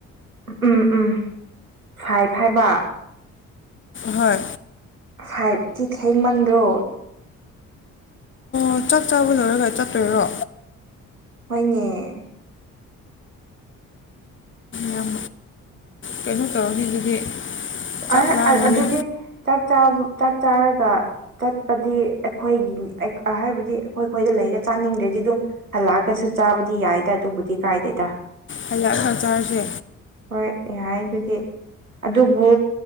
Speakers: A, on the right; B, on the left.
A: ꯎꯝ ꯎꯝ ꯐꯩ ꯐꯥꯏꯕ
B: ꯍꯣꯏ
A: ꯐꯥꯏꯚꯇꯤ ꯊꯦꯡꯃꯟꯗ꯭ꯔꯣ
B: ꯑꯣ ꯆꯥꯛ ꯆꯥꯕ ꯂꯣꯏꯔꯒ ꯆꯠꯇꯣꯏꯔꯣ
A: ꯍꯣꯏꯅꯦ
B: ꯌꯥꯝ ꯀꯩꯅꯣ ꯇꯧꯔꯝꯅꯤ ꯑꯗꯨꯗꯤ ꯆꯥꯛ
A: ꯑꯥꯏꯁ
B: ꯂꯥꯝꯃꯅꯤ
A: ꯑꯗꯨꯗꯤ ꯆꯥꯛꯕ ꯆꯥꯛ ꯆꯥꯔꯒ ꯆꯠꯄꯗꯤ ꯑꯩꯈꯣꯏꯒꯤ ꯑꯥ ꯍꯥꯏꯕꯗꯤ ꯑꯩꯈꯣꯏ ꯑꯩꯈꯣꯏꯗ ꯂꯩꯔ ꯆꯥꯅꯤꯡꯗ꯭ꯔꯗꯤ ꯑꯗꯨꯝ ꯍꯜꯂꯛꯑꯒꯁꯨ ꯆꯥꯕꯗꯤ ꯌꯥꯏꯗ ꯑꯗꯨꯕꯨꯗꯤ ꯀꯥꯏꯗꯦꯗ
B: ꯍꯜꯂꯛꯑꯒꯥ ꯆꯥꯔꯁꯦ
A: ꯍꯣꯏ ꯌꯥꯏ ꯑꯗꯨꯗꯤ ꯑꯗꯨ ꯕꯨ